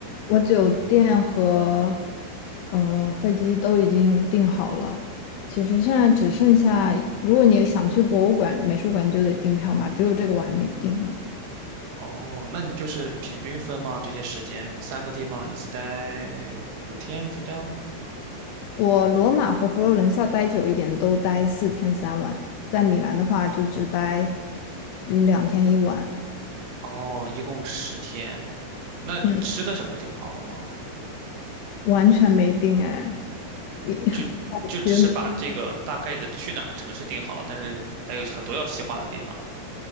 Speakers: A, on the left (about 80°); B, on the right (about 70°).
A: 我酒店和呃飞机都已经订好了，其实现在只剩下，如果你想去博物馆、美术馆，你就得订票嘛。只有这个我还没订了。
B: 哦，那你就是平均分吗？这些时间，三个地方一次待五天，类似这样的？
A: 我罗马和佛罗伦萨待久一点，都待四天三晚。在米兰的话，就只待两天一晚。
B: 哦，一共十天。那你吃的什么订好了吗？
A: 嗯，完全没定哎。你 <laughs>
B: 就就只是把这个大概的去哪个城市订好了，
A: 觉。
B: 但是还有很多要细化的地方。